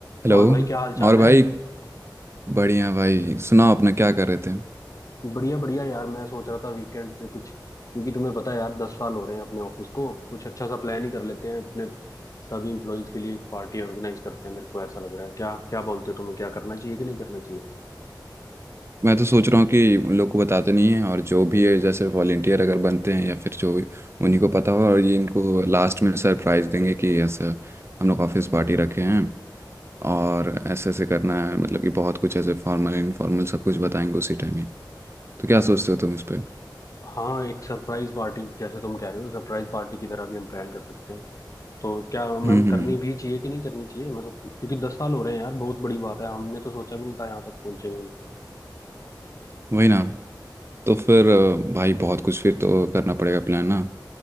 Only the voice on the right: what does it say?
Hello
और भाई
बढ़िया भाई सुनाओ अपना क्या कर रहे थे
मैं तो सोच रहा हूँ कि उन लोग को बताते नहीं है और जो भी है जैसे वॉलेंटियर अगर बनते हैं या फिर जो भी उन्हीं को पता हो और ये इनको लास्ट में सरप्राइज देंगे कि ऐसा हम लोग ऑफिस पार्टी रखे हैं और ऐसे ऐसे करना है मतलब कि बहुत कुछ ऐसे फॉर्मल इनफॉर्मल सब कुछ बताएंगे उसी टाइम ही तो क्या सोचते हो तुम इस पे
हम्म हम्म
वही ना तो फिर अ, भाई बहुत कुछ फिर तो करना पड़ेगा प्लान ना